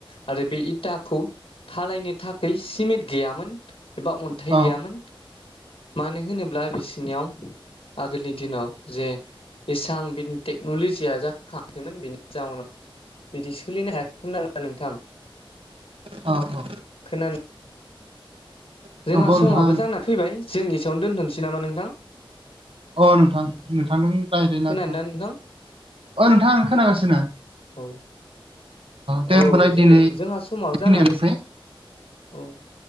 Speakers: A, on the left; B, on the right.
A: आरो बे इथाखौ थालायनो थाखाय सिमेन्ट गैयामोन एबा अन्थाइ
B: औ
A: गैयामोन मानो होनोब्ला बिसिनियाव आगोलनि दिनाव जे इसां बिनि टेक्न'लजिया जाखांयाखैमोन बेनि जाउनाव बिदि सोलिनो हायाखैमोन आरोना नोंथां
B: औ औ
A: खोनानो
B: नंगौ
A: जोंहा समाबो
B: नोंथां
A: जाना फैबाय जों एसेयावनो दोन्थ'नोसै नामा नोंथां।
B: अ नोंथां नोंथांजों रायज्लायना
A: खोनादोंना
B: अ
A: नोंथां
B: नोंथां आं खोनागासिनो
A: औ
B: दे
A: औ
B: होमबालाय
A: जे
B: दिनै
A: जोंहा समाबो
B: बेखिनियानोसै
A: जानानै औ